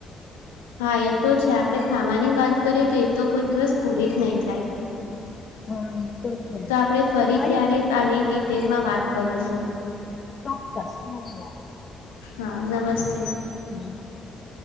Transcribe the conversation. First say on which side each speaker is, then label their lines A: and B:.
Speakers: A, on the left (about 70°); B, on the left (about 40°).
A: હા એ તો છે આપડે ખાવાની વાત કરીએ તો એ તો કોઈ દિવસ પૂરી જ નહી થાય.
B: હા એ છે.
A: તો આપડે
B: જ.
A: ફરી
B: કઈ
A: ક્યારેક
B: નઈ
A: આની ડિટેલમાં વાત કરીશું.
B: ચોક્કસ મળિયા.
A: હા નમસ્તે.
B: <inaudible>